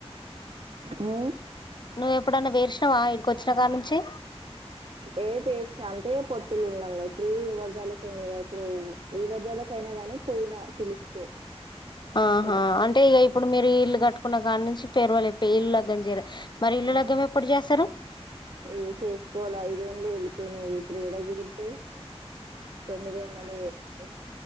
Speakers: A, on the right; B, on the left.
A: ఉ
B: నువ్వు ఎప్పుడన్నా పేర్చినవా ఇడికి వచ్చినకాడి నుంచి
A: ఏ పేస్ అంటే పొత్తులు ఉన్నాం ఇప్పుడు ఎవరు చల్ యింది ఇప్పుడు ఈ మధ్యలో పోయిన గాని పిలిస్తే
B: ఆహా
A: పెద్ద
B: అంటే ఇగ ఈప్ ఇప్పుడు మీరు ఇల్లు కట్టుకున్న కాని నుంచి పేరువాలు అయిపోయి ఇల్లు గ్గం చేయాలి మరి ఇల్లు
A: ఆ
B: లగ్గం ఎప్పుడు చేస్తారు
A: ఏ చేసుకోవాల ఐదేళ్ళు వెళ్ళిపోయినాయి ఇప్పుడు ఏడ కుదురుతది తోమీది ఏళ్లలో చేసుకునే